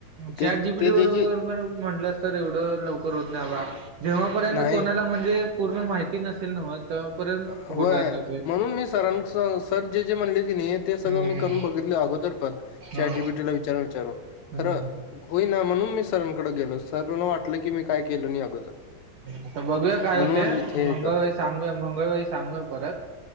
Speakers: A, on the right (about 65°); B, on the left (about 80°).
A: चॅट
B: ते
A: जीपीटी
B: ते
A: बरोबर
B: जे जे
A: पण म्हटलं अस तर एवढं लवकर होत नाही आबा. जेव्हापर्यंत
B: नाही
A: कोणाला म्हणजे पूर्ण माहिती नसेल ना मग तेव्हापर्यंत
B: अ,
A: होणार
B: होय
A: नाही. ते.
B: म्हणून मी सरां सर जे जे म्हणले की ते सगळं
A: हम्म
B: मी करून बघितले अगोदर पण चॅट
A: हा
B: जीपीटी ला विचारून विचारून
A: हम्म.
B: खरं होईना म्हणून मी सरांकडे गेलो. सरांना पण वाटलं की मी काय केलं नाही अगोदर
A: आता बघूया काय
B: म्हणून
A: होते
B: म्हणले हे
A: मंगळवारी
B: हे कर
A: सांगूया मंगळवारी सांगूया परत